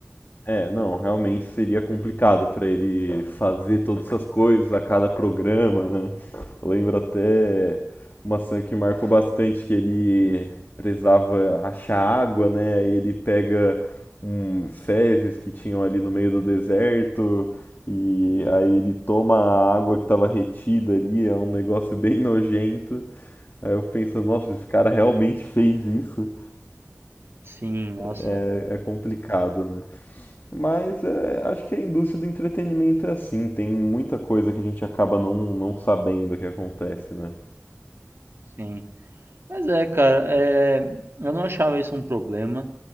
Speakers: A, on the left (about 40°); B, on the right (about 50°).
A: É, não, realmente seria complicado para ele fazer todas essas coisas a cada programa, né? Eu lembro até uma cena que marcou bastante que ele precisava achar água, né? Aí ele pega um fezes que tinham ali no meio do deserto e aí ele toma a água que estava retida ali, é um negócio bem nojento. Aí eu fico pensando, nossa, esse cara realmente fez isso.
B: Sim, nossa,
A: É, é, é complicado, né? Mas é, acho que a indústria do entretenimento é assim, tem muita coisa que a gente acaba não, não sabendo o que acontece, né?
B: sim. Mas é, cara, é, eu não achava isso um problema,